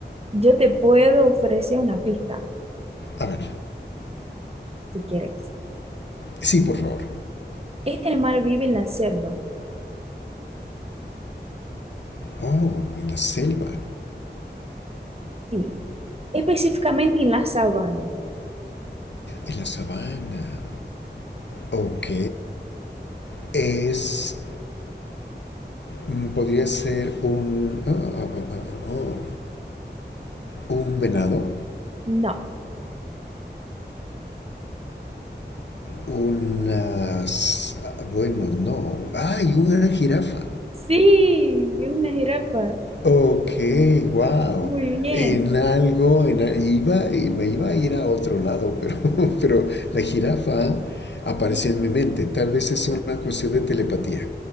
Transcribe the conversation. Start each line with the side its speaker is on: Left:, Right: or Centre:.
Right: Yo te puedo ofrecer una pista,
Left: A ver,
Right: si quieres.
Left: sí, por favor.
Right: Este animal vive en la selva,
Left: Oh, en la selva,
Right: sí. Específicamente en la sabana.
Left: en la sabana. Ok, es. mm, Podría ser un. ah, ah, ah, ah, ah, ah, oh, un venado.
Right: No.
Left: Unas. ah, Bueno, no. ¡Ay! Una jirafa.
Right: Sí, y una jirafa.
Left: Ok, wow.
Right: Muy bien.
Left: En algo, en, a- iba, y me iba a ir a otro lado, pero, <laughs> pero la jirafa apareció
Right: Mm,
Left: en mi mente. Tal vez es una cuestión de telepatía.